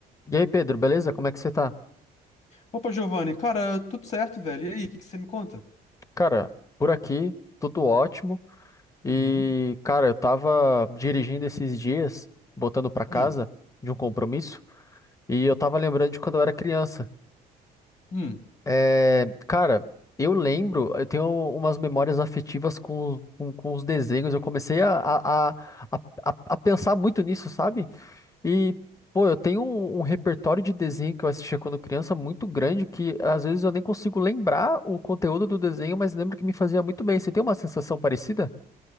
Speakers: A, on the left; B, on the left.
A: E aí, Pedro, beleza? Como é que você tá?
B: Opa, Giovanni, cara, tudo certo, velho? E aí, o que que você me conta?
A: Cara, por aqui, tudo ótimo.
B: Uhum.
A: E, cara, eu tava dirigindo esses dias, voltando pra casa
B: Hum,
A: de um compromisso, e eu tava lembrando de quando eu era criança.
B: hum.
A: É, cara, eu lembro, eu tenho umas memórias afetivas com, com, com os desenhos. Eu comecei a, a, a, a, a a pensar muito nisso, sabe? E, pô, eu tenho um, um repertório de desenho que eu assistia quando criança muito grande que às vezes eu nem consigo lembrar o conteúdo do desenho, mas lembro que me fazia muito bem. Você tem uma sensação parecida?